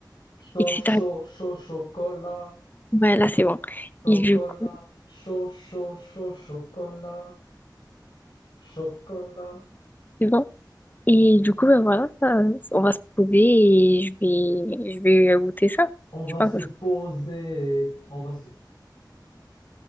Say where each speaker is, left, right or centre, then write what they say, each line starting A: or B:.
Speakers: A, on the left (about 80°); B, on the left (about 25°).
A: Chaud,
B: etc.
A: chaud, chaud, chocolat.
B: Ouais, là, c'est bon.
A: Chocolat,
B: Et du coup,
A: chaud, chaud, chaud, chocolat. Chocolat.
B: c'est bon. Et du coup, ben voilà, euh, on va se trouver et je vais, je vais goûter ça.
A: On
B: Je
A: va
B: pense
A: se
B: que
A: poser.
B: ça-
A: On va se...